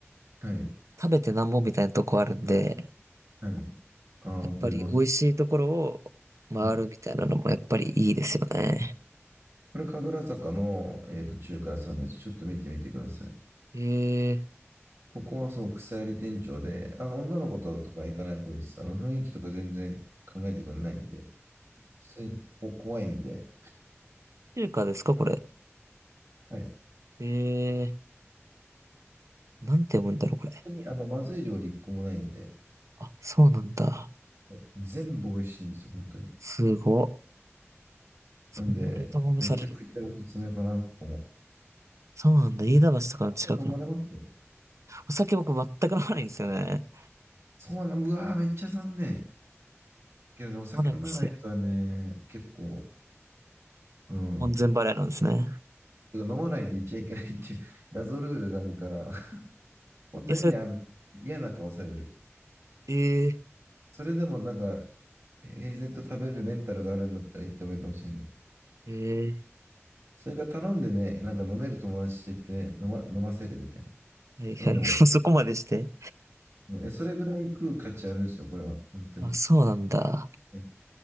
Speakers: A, on the right; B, on the right.
A: はい。
B: 食べてなんぼみたいなとこあるんで、
A: はいああ、
B: やっぱり美味しいところを回るみたいなのもやっぱりいいですよね。
A: わかります。はい。これ、神楽坂の、えーと、中華屋さんです。ちょっと見てみてください。
B: え
A: ここはそう、草やり店長で、あの、女の子とか行かない方がいいです。あの、雰囲気とか全然考えてくれないんで、普通にここ怖いんで、
B: ー、中華ですかこれ。
A: はい。本
B: えー、なんて読むんだろうこれ。
A: 当に、あの、まずい料理一個もないんで、
B: あ、そうなんだ。
A: はい全部美味しいんですよ、本当に。
B: すご。そんなベタ褒めされる。
A: なんで、めちゃくちゃおすすめかな、ここも。
B: そうなんだ。飯田橋とかの近くの。
A: お酒飲まれます
B: お酒僕全く飲まないんですよね。
A: そうなん、うわー、めっちゃ残念。けどね、お酒飲めない人はね、
B: 飲まないんですよ。
A: 結構、うん。
B: 門前払いなんですね。
A: てか飲まないといっちゃいけないっていう <laughs> 謎ルールがあるから、本当にね、
B: え、それ、
A: あの、嫌な顔される。
B: え
A: それでもなんか、平然と食べるメンタルがあるんだったら行ってもいいかもしれない。
B: ー、え
A: それから頼んでね、なんか飲める友達と行ってね、飲ま、飲ませるみたいな。
B: ー、はいはい。
A: 飲んでもら
B: <laughs> そこまでして。
A: う。え、それぐらい食う価値あるんですよ、これは。本当に。
B: あ、そうなんだ。
A: はい。